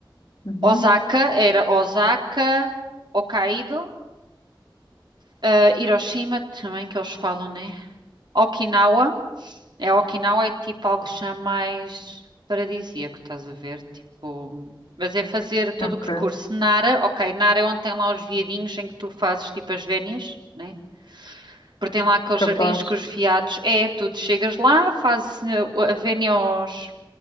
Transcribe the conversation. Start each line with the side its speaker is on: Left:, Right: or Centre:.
Left: Uhum,
Right: Osaka, era Osaka, Hokkaido, eh, Hiroshima também que eles falam, né? Okinawa. É Okinawa é tipo algo já mais paradisíaco, estás a ver? Tipo, mas é fazer todo
Left: ok,
Right: o percurso. Nara, ok, Nara é onde tem lá os viadinhos em que tu fazes tipo as vénias, né? Porque tem lá aqueles
Left: capaz.
Right: jardins com os viados. É, tu chegas lá, fazes eh, o- a vénia aos.